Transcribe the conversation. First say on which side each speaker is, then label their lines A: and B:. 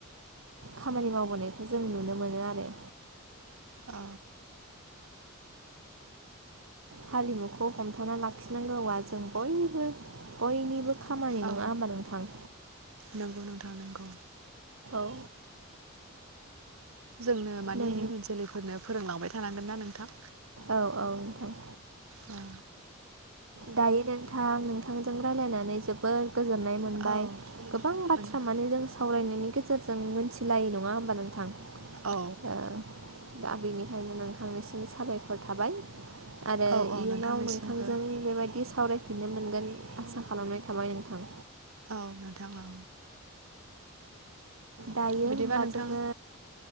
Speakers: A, on the right; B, on the right.
A: खामानि मावबोनायखौ जों नुनो मोनो आरो
B: अ
A: हारिमुखौ हमथाना लाखिनांगौवा जों बयनिबो बयनिबो खामानि
B: औ
A: नङा होमबा नोंथां
B: नंगौ नोंथां नंगौ
A: औ
B: जोंनो माने
A: नों
B: इयुन जोलैफोरनो फोरोंलांबाय थानांगोनना नोंथां
A: औ औ नोंथां
B: औ
A: दायो नोंथां नोंथांजों रायज्लायनानै जोबोर गोजोननाय मोनबाय
B: औ
A: गोबां
B: मोनो
A: बाथ्रा माने जों सावरायनायनि गेजेरजों मोनथिलायो नङा होमबा नोंथां
B: औ।
A: ओ दा बेनिखायनो नोंथांनिसिम साबायखर थाबाय। आरो
B: औ औ
A: इयुनाव
B: नोंथांनिसिमबो
A: नोंथांजों बेबायदि सावरायफिननो मोनगोन आसा खालामनाय थाबाय नोंथां।
B: औ नोंथां औ।
A: दायो
B: बिदिबा
A: होमबा
B: नोंथां
A: जोङो